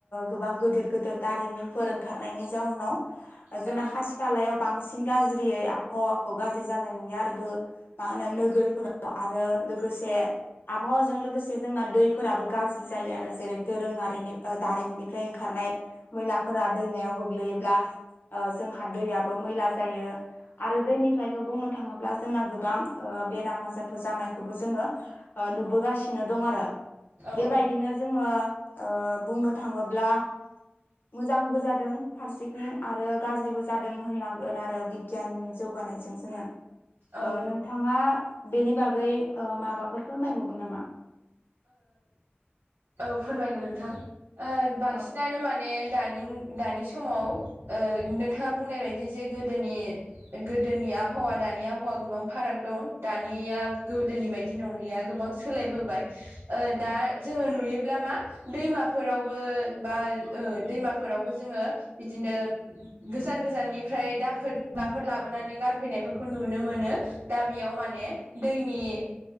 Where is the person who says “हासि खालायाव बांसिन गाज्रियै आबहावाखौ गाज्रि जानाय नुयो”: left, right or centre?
Left